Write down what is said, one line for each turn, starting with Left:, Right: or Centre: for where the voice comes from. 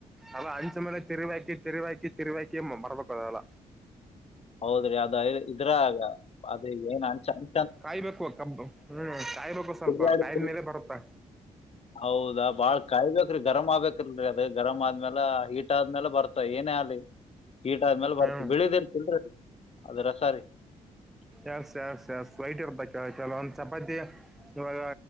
Centre: ಅಲ್ಲ ಅಂಚ ಮೇಲೆ ತಿರಿ ಹಾಕಿ ತಿರಿ ಹಾಕಿ ತಿರಿ ಹಾಕಿ ಮರ್ಬೇಕ ಅದಲ್ಲ
Left: ಹೌದ್ರಿ ಅದ ಇದ್ರ ಅದ ಏನ್ ಅನ್ಚನ್
Centre: ಕಾಯ್ಬೇಕು ಕಬ್ ಹ್ಮ್ ಕಾಯ್ಬೇಕು ಸ್ವಲ್ಪ
Left: ತಿರ್ಗಾಡಿ-
Centre: ಕಾಯ ಮೇಲೆ ಬರುತ್ತಾ
Left: ಹೌದಾ ಬಾಳ್ ಕಾಯಬೇಕ್ರಿ ಗರಮ್ ಆಬಬೇಕಕ್ಲ್ರರಿ ಅದ ಗರಮ್ ಆದ್ಮೇಾಲ ಹೀಟ್ ಆದ್ಮೇಲೆ ಬರ್ತ ಏನೇ ಆಲಿ ಕೀಟ ಆದ್ಮೇಲೆ
Centre: ಹ್ಮ್
Left: ಬರ್ತ ಬೆಳದಿ ಇರ್ತಿಲ್ರಿೀ ಅದ್ರ ಸಾರಿ
Centre: ಎ ಸ ಸ ಸ್ವೈಟ್ ಇರ್ಬೇಕ ಚಲೋ ಒಂದ್ ಚಪಾತಿ ಇವಾಗ